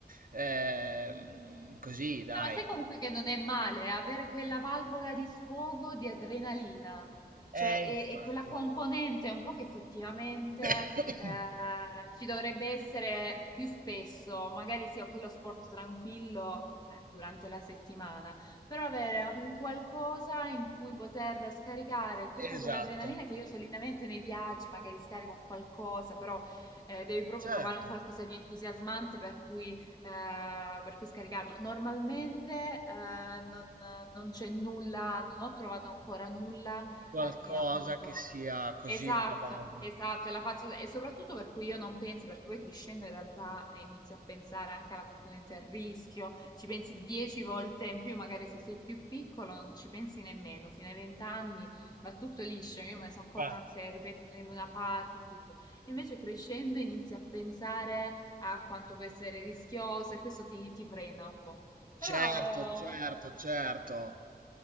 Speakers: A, on the right; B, on the left.
A: ehm, così dai.
B: Ah, ma sai
A: Quindi.
B: comunque che non è male eh, avere quella valvola di sfogo di adrenalina, cioè
A: Eh,
B: e,
A: infatti.
B: e quella componente un po' che effettivamente
A: <coughs>
B: eh, ci dovrebbe essere più spesso, magari sì, ok, lo sport tranquillo eh, durante la settimana, però avere un qualcosa in cui poter scaricare tutta
A: Esatto,
B: quell'adrenalina che io solitamente nei viaggi magari scarico un qualcosa, però eh, devi proprio
A: certo,
B: trovare un qualcosa di entusiasmante per cui eh, per cui scaricarla. Normalmente eh, non, non c'è nulla, non ho trovato ancora nulla
A: qualcosa
B: eh, che appunto...
A: che sia così
B: Esatto,
A: una vaga.
B: esatto, e, la faccio, e soprattutto per cui io non penso, perché poi crescendo in realtà inizi a pensare anche alla componente del rischio, ci pensi dieci volte in più, magari se sei più piccolo non ci pensi nemmeno, fino ai vent'anni va tutto liscio, io me ne sono accorta
A: Infatti.
B: anche, ripeto, con il Luna Park e tutto. Invece crescendo inizi a pensare a quanto può essere rischioso e questo ti, ti frena un po'.
A: Certo,
B: Però
A: certo, certo.